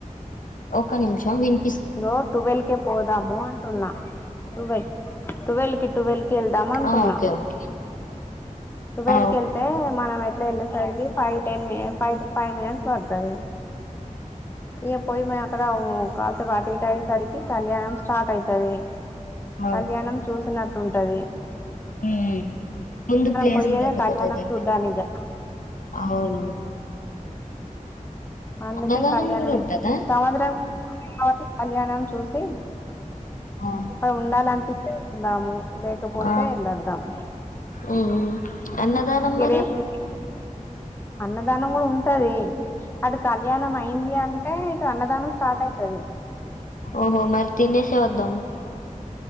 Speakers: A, on the left; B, on the left.
A: ఒక నిమిషం విన్
B: లో టువల్ కే పోదాము అంటున్నా టువల్ టువెల్ కి టువెల్ కి ఎళ్దాం అంటున్నా
A: ఆ ఓకే ఓకే
B: టువల్
A: ఆ
B: కి
A: ఓకే
B: ఎళ్తే మనమై ట్లా వెళ్ళేసరికి five ten minutes five five minutes పడుతాది ఇగ పొయ్యి మ్యా క్కదవు కా తప అటు ఇటు అయ్యేసరికి కళ్యాణం స్టార్ట్ అయితది
A: ఆ
B: కళ్యాణం చూసిన టుంటది
A: హుమ్ ముందు ప్లేస్
B: పోయేదే
A: <inaudible>
B: కళ్యాణం
A: తది
B: చూడ్డానికి కదా
A: అవును
B: అందుకే
A: అన్నదానం
B: కళ్యాణం
A: కూడా ఉంటదా
B: సముద్రం <inaudible> కళ్యాణం చూసి <inaudible>
A: ఆ
B: ఉండాలన్పిస్ ఉందాము లేకపోతే
A: ఆ
B: వెళ్ళొద్దాం
A: ఊ ఊ
B: ఉమ్
A: అన్నదానం
B: ఇగ
A: మరి
B: రేపు అన్నదానం కూడ ఉంటది. అటు కళ్యాణం అయింది. అంటే ఇక అన్నదానం స్టార్ట్ అయితది
A: ఓహో మరీ తినేస్ సే వద్దము